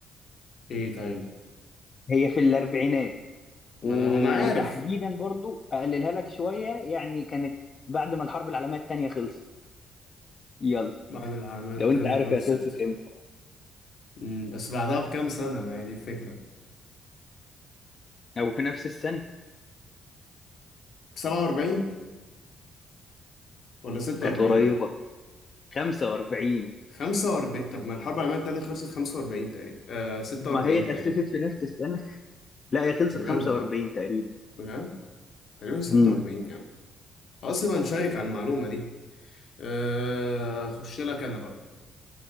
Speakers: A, on the left; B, on the left.
A: ايه طيب
B: هي في الأربعينات وتحديدا
A: ما انا ما انا عارف
B: برضو أقللها لك شوية يعني كانت بعد ما الحرب العالمية التانية خلصت يلا
A: بعد العالمية
B: لو
A: التانية
B: أنت عارف
A: خلصت
B: هي خلصت إمتى
A: أمم، بس بعدها بكام سنة ما هي دي الفكرة
B: أو في نفس السنة
A: 47 ولا 46
B: كانت قريبة 45
A: 45 طب ما الحرب العالمية التانية خلصت 45 تقريبا آه 46
B: ما هي اتأسست
A: تقريبا
B: في نفس السنة لا هي خلصت
A: بجد
B: 45
A: آه.
B: تقريبا
A: بجد تقريبا 46
B: امم
A: يعني خلاص يبقى نشيك على المعلومة دي آه، اخش لك انا بقى